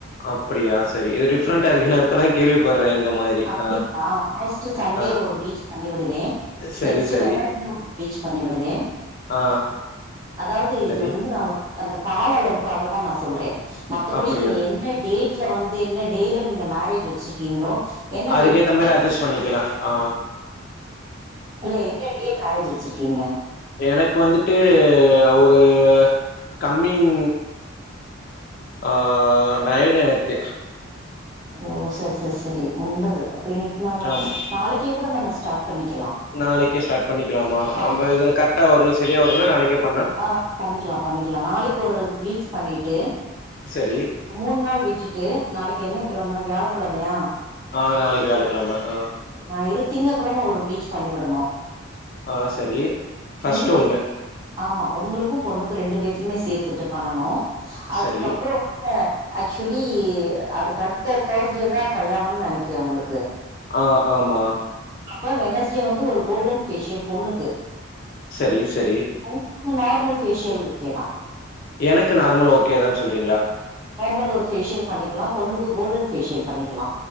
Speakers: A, on the left; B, on the right.
A: அப்டியா சரி இது டிஃப்ரெண்டா இருக்கு நா இப்பதா கேள்விப்படுற இந்த மாதிரி
B: அப்டீங்களா
A: ஆ,
B: மோஸ்ட் சண்டே
A: ஆ.
B: ஒரு பிளீச் பண்ணி விடுவே
A: சரி,
B: நெக்ஸ்ட்
A: சரி.
B: வெனஸ்டே ஒரு ப்ளீச் பண்ணி விடுவே
A: ஆ
B: அதாவ்து இது
A: சரி
B: வந்து நா அந்த கால அளவுக்காக தா நா சொல்றே மத்தபடி
A: அப்படியா
B: நீங்க எந்த டேட் ட்ல வந்து என்ன டேல நீங்க மேரேஜ் வச்சிருக்கீங்களோ என்ன
A: அதுக்கேத்த மாரி அட்ஜஸ்ட் பண்ணிக்லாம் ஆ
B: ஆ இல்ல என்ன டியம் மேரேஜ் வச்சிர்க்கீங்க
A: எனக்கு வந்துட்டு ஒரு கம்மிங் ஆ நைன் எனக்கு
B: ஓ சரி சரி சரி ஒம்பது அப்ப இன்னு எட் நாள் தா
A: ஆமா
B: நாளைக்கே கூட நம்ம ஸ்டார்ட் பண்ணிக்கலா
A: நாளைக்குே ஸ்டார்ட் பண்ணிக்கலாமா
B: ஆ
A: இதுல கரெக்டா வருல செரியா வருல நாளைக்கே பண்ணா
B: ஆ பண்ணிக்லா பண்ணிக்லா நாளைக்கு ஒரு பிளீச் பண்ணிட்டு
A: சரி
B: மூணு நாள் விட்டுட்டு நாளைக்கு என்ன கிழம வியாழக்கெழமையா
A: ஆ நாளைக்கு வியாழகெழம அ
B: ஞாயிறு திங்க கெழம ஒரு பிளீச் பண்ணி விடனு
A: ஆ சரி ஃபர்ஸ்ட்
B: ரெண்டு பேருக்குமே
A: ஒண்ணு
B: ஆமா ஒங்ளுக்கு பொண்ணுக்கு ரெண்டு பேத்துக்குமே சேத்துட்டு பண்ணனு அதுக்கப்றோ
A: சரி
B: அ ஆக்சுவலி அதுக்கு அடுத்த தேர்ஸ்டே தா கல்யாண நெனைக்கிறே‌ ஒங்களுக்கு
A: ஆ ஆமா
B: அப்ப வென்னெஸ்டே வந்து ஒரு கோல்டன் ஃபேஷியல் பொண்ணுக்கு
A: சரி சரி
B: ஒங்ளுக்கு நார்மல் ஃபேஷியல் ஓகே தா
A: எனக்கு நார்மல் ஓகே தான் சொல்றீங்ளா
B: நார்மல் ஒரு ஃபேசியல் பண்ணிக்லா பொண்ணுக்கு கோல்டன் ஃபேஷியல் பண்ணிக்கலா